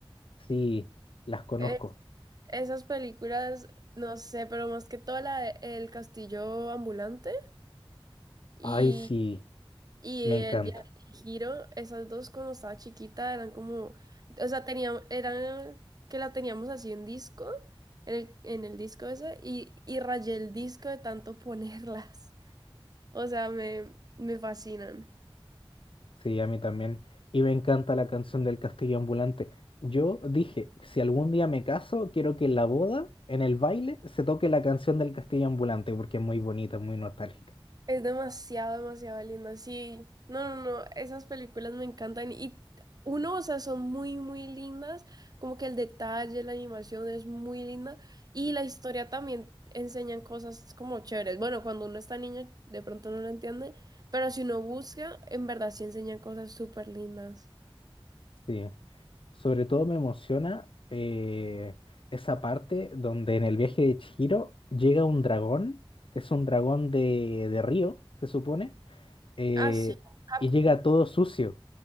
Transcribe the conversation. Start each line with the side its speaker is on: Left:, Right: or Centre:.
Left: Sí, las conozco.
Right: Eh, esas películas, no sé, pero más que todo la de El Castillo Ambulante y,
Left: Ay, sí,
Right: y
Left: me
Right: El
Left: encanta.
Right: Viaje de Chihiro, esas dos cuando estaba chiquita eran como, o sea, teníamos, eran que la teníamos así en disco, en el, en el disco ese, y, y rayé el disco de tanto <laughs> ponerlas. O sea, me, me fascinan.
Left: Sí, a mí también. Y me encanta la canción del Castillo Ambulante. Yo dije, si algún día me caso, quiero que en la boda, en el baile, se toque la canción del Castillo Ambulante, porque es muy bonita, es muy nostálgica.
Right: Es demasiado, demasiado lindo. Sí, no, no, no, esas películas me encantan y uno, o sea, son muy, muy lindas, como que el detalle, la animación es muy linda y la historia también enseñan cosas como chéveres. Bueno, cuando uno está niño de pronto no lo entiende, pero si uno busca, en verdad sí enseñan cosas súper lindas.
Left: Sí. Sobre todo me emociona eh, esa parte donde en el viaje de Chihiro llega un dragón, que es un dragón de, de río, se supone, eh,
Right: Ah, sí, Haku.
Left: y llega todo sucio.